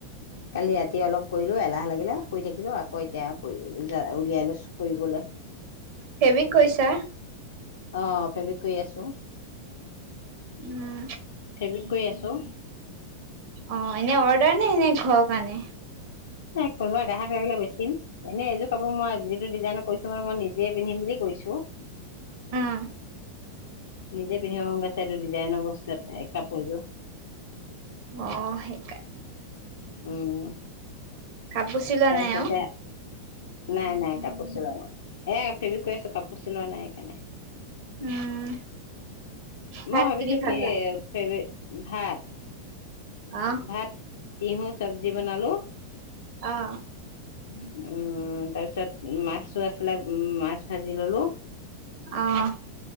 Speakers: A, on the left (about 65°); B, on the right (about 50°).
A: কালি ৰাতি অলপ কৰিলোঁ এলাহ লাগি গিলে শুই থাকিলো। আকৌ এতিয়া <unintelligible> উলিয়াই লৈছোঁ কৰিবলে।
B: ফেৱিক কৰিছা?
A: অ' ফেৱিক কৰি আছোঁ।
B: উম।
A: ফেব্ৰিক কৰি আছোঁ।
B: অ এনে অৰ্ডাৰ নে এনে ঘৰৰ কাৰণে।
A: এ কোনোবাই গ্ৰাহক লাগিলে বেছিম। এনেই এইযোৰ কাপোৰ মই যিটো ডিজাইনত কৰিছোঁ মই নিজে পিন্ধিম বুলি কৰিছোঁ।
B: উম।
A: নিজে পিন্ধিব মন গৈছে এইটো ডিজাইনৰ বস্তু এই কাপোৰযোৰ।
B: অ সেইকাৰণে
A: উম।
B: কাপোৰ চিলোৱা
A: তাৰপিছত
B: নাই আৰু
A: এতিয়া নাই নাই কাপোৰ চিলোৱা নাই। এ ফেৱিক কৰি আছো কাপোৰ চিলোৱা নাই সেইকাৰণে।
B: উম ভাত
A: মই ভাবিছোঁ
B: দি খালা
A: কি এ ফেবিক। ভাত
B: অ
A: ভাত। তিহু চব্জি বনালো।।
B: অ
A: উম। উম। তাৰ পিছত মাছো আছিলে। উম মাছ ভাজি ললো।
B: অ'।